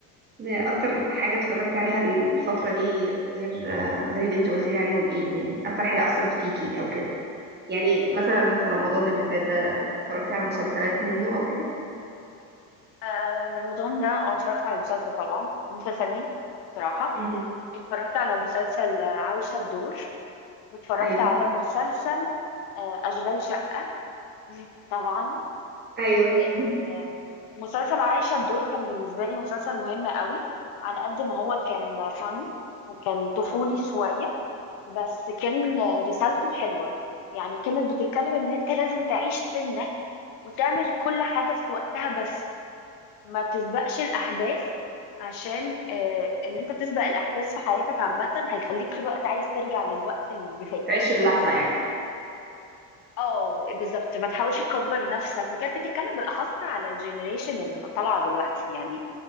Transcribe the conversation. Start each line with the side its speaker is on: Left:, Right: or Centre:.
Right: ده اكتر حاجه اتفرجت عليها الفتره دي غير آه، غير اللي انت قلت لي عليهم ايه تاني اكتر حاجه اثرت فيكي او كده يعني مثلا في رمضان اللي فات ده اتفرجت على مسلسلات منه او كده
Left: آه، رمضان ده اه اتفرجت على مسلسل طبعا مسلسلين بصراحة
Right: مم.
Left: اتفرجت على مسلسل آه، عايشة الدور واتفرجت
Right: ايوه
Left: على مسلسل آه، أشغال شقة <laughs> طبعا
Right: ايوه
Left: آه، مسلسل عايشة الدور كان بالنسبة لي مسلسل مهم قوي على قد ما هو كان فاني وكان طفولي شوية بس كان رسالته حلوة يعني كانت بتتكلم ان انت لازم تعيش سنك وتعمل كل حاجة في وقتها بس ما تسبقش الأحداث عشان آه، ان انت تسبق الأحداث في حياتك عامة هيخليك في الوقت عايز ترجع للوقت اللي
Right: <laughs>
Left: فات
Right: تعيش اللحظه يعني
Left: اه بالظبط ما تحاولش تكبر نفسك وكانت بتتكلم بالاخص على الجنريشن اللي طالعه دلوقتي يعني